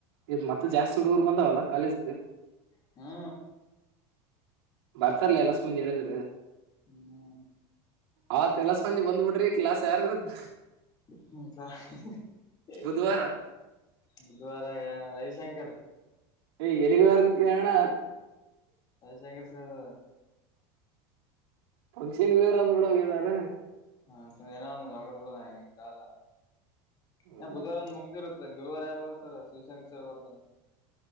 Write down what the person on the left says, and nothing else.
ಹ್ಮು
ಹ್ಮು
ಹ್ಮು <unintelligible>
ಬುಧವ ಎರವಿಶಂಕರ್
ರವಿಶಂಕರ್ ಸರ್
ಹ ಸರಿ ಏನೊಒಂದ್ ನಡ್ದದ ಕಾಲ
ಹ್ಮಂ ಬುಧವಾರ ಒಂದ್ ಮುಗ್ ಮತ್ ಗುರುವಾರ ಯಾರು ಬರ್ತಾರೆ ಶಿವಶಂಕರ ಸರ್ ಬರ್ತಾರೆ